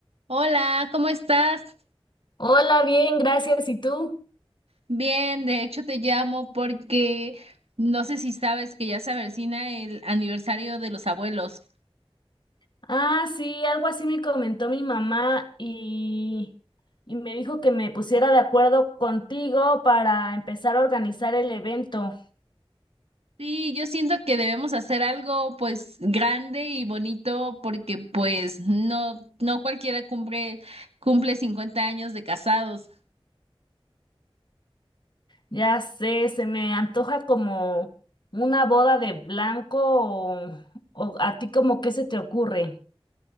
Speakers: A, on the right; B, on the left.
A: Hola, ¿cómo estás?
B: Hola, bien, gracias. ¿Y tú?
A: Bien, de hecho te llamo porque no sé si sabes que ya se avecina el aniversario de los abuelos.
B: Ah, sí, algo así me comentó mi mamá y, y me dijo que me pusiera de acuerdo contigo para empezar a organizar el evento.
A: Sí, yo siento que debemos hacer algo pues grande y bonito porque pues no no cualquiera cumple cumple 50 años de casados.
B: Ya sé, se me antoja como una boda de blanco o, o a ti como qué se te ocurre.